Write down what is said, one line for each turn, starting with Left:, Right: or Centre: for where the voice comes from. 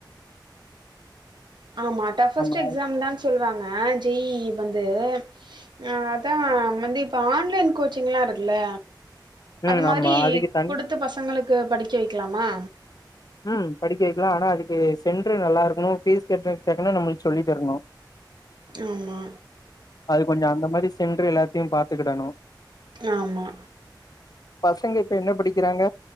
Right: ஆமா டஃபஸ்ட்டு
Left: ஆமா
Right: எக்ஸாம் தா சொல்வாங்க ஜெ இ வந்து ஆ அதா வந்து இப்ப ஆன்லைன் கோச்சிங்லா இருக்குல்ல
Left: ம்
Right: அது மாரி
Left: ஆமா அதுக்கு தனி
Right: குடுத்த பசங்களுக்கு படிக்க வக்கலாமா
Left: ம் படிக்க வக்கலா ஆனா அதுக்கு சென்ட்ரு நல்லாருக்கணு ஃபீஸ் கட்றதுக்கு தக்கன நம்மளுக்கு சொல்லி தரணு
Right: ஆமா
Left: அது கொஞ்சோ அந்த மாரி சென்ட்ரு எல்லாத்தையு பாத்துக்கிடணு
Right: ஆமா
Left: பசங்க இப்ப என்ன படிக்கிறாங்க